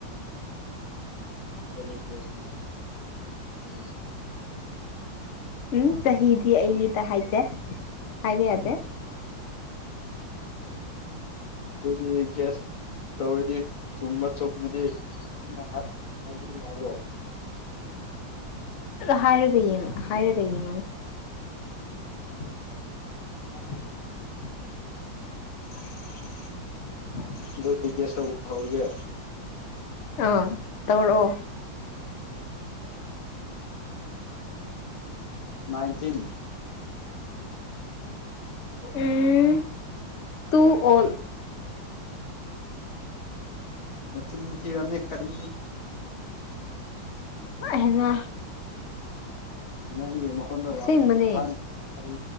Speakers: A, on the left; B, on the left.
A: ꯀꯔꯤ ꯒꯦꯁ <unintelligible>
B: ꯎꯝ ꯆꯍꯤꯗꯤ ꯑꯩ ꯃꯤꯗ ꯍꯥꯏꯗꯦ ꯍꯥꯏꯕ ꯌꯥꯗꯦ
A: ꯗꯨꯗꯤ ꯒꯦꯁ ꯇꯧꯔꯗꯤ ꯆꯨꯝꯕꯨ ꯆꯨꯝꯃꯗꯤ ꯑꯩꯅ ꯍꯥꯏ ꯍꯥꯏꯕꯗꯣ ꯌꯥꯕ꯭ꯔꯣ
B: ꯍꯥꯏꯔꯒ ꯌꯦꯡꯉꯣ ꯍꯥꯏꯔꯒ ꯌꯦꯡꯉꯨꯅꯦ <inaudible>
A: <inaudible>
B: <inaudible>
A: ꯑꯗꯨꯗꯤ ꯒꯦꯁ ꯇꯧꯕ ꯍꯧꯔꯒꯦ
B: ꯑꯥ ꯇꯧꯔꯛꯑꯣ
A: ꯅꯥꯏꯟꯇꯤꯟ
B: ꯎꯝ ꯇꯨ ꯑꯣꯜ
A: ꯅꯆꯤꯟ ꯊꯤꯔꯝꯅꯤ ꯀꯔꯤ
B: <unintelligible>
A: ꯅꯪꯒꯤ ꯃꯈꯣꯟꯗꯣ
B: ꯑꯁꯦꯡꯕꯅꯦ
A: ꯌꯥꯝ ꯑꯍꯟ ꯀꯔꯤ